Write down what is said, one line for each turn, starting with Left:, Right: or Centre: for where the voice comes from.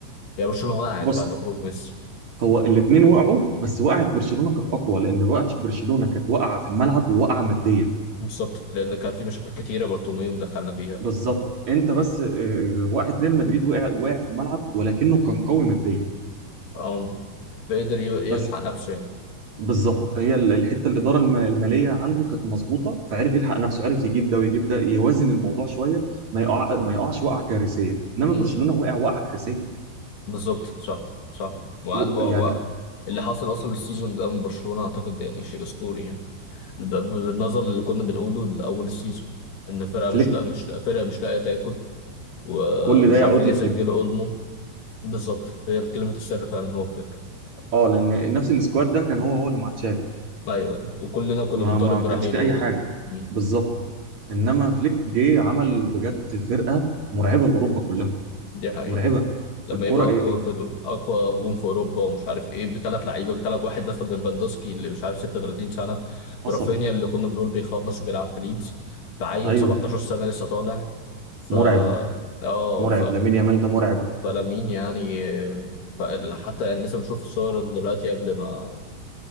Left: يعني برشلونة وقعت
Right: بص
Left: بعد خروج ميسي
Right: هو الاثنين وقعوا بس وقعت برشلونه كانت اقوى لان وقعت برشلونه كانت واقعه في الملعب وواقعه ماديا
Left: بالظبط لأن كان في مشاكل كتيرة بارتوميوم دخلنا فيها
Right: بالظبط انت بس آه، آه، وقعت ريال مدريد وقع وقع في الملعب ولكنه كان قوي ماديا
Left: أم فقدر ي-
Right: بس
Left: يلحق نفسه يعني
Right: بالظبط هي ال- الحته الاداره الم- الماليه عنده كانت مظبوطه فعرف يلحق نفسه عرف يجيب ده ويجيب ده يوازن الموضوع شويه ما يقع ما يقعش وقعه كارثيه انما
Left: أمم،
Right: برشلونه وقع وقعه كارثيه
Left: بالظبط صح صح وقعد
Right: و-
Left: بقى-
Right: يعني
Left: بقى- اللي حصل أصلا السيزون ده من برشلونة أعتقد يعني شيء أسطوري يعني ب- بالنظر اللي كنا بنقوله لأول السيزون إن فرقة
Right: فليك
Left: مش لا مش لا فرقة مش لاقية تاكل ومش
Right: كل ده يعود
Left: عارفين يسجلوا
Right: لفليك
Left: أولمو بالظبط هي كلمة السر فعلا هو فليك
Right: اه لان نفس السكواد ده كان هو هو اللي مع تشافي
Left: أيوه أيوة. وكلنا كنا
Right: ما
Left: بنطالب
Right: ما
Left: برحيله
Right: كانش فيه اي حاجه
Left: مم.
Right: بالظبط انما فليك جه عمل بجد فرقه مرعبه لاوروبا كلها
Left: دي حقيقة
Right: مرعبه
Left: لما
Right: الكره
Left: يبقى
Right: إيه
Left: أقوى
Right: انت
Left: فرق أقوى هجوم في أوروبا ومش عارف إيه بثلاث لعيبة بثلاث واحد مثلا من فاندوسكي اللي مش عارف 36 سنة
Right: حصل
Left: برافينيا اللي كنا بنقول بيخلص وبيلعب في ليدز بعيل
Right: ايوه
Left: 17 سنة لسه طالع ف
Right: مرعب
Left: اه
Right: مرعب لامين يامال ده مرعب
Left: فلامين يعني فال- حتى يعني لسه بشوف الصور دلوقتي قبل ما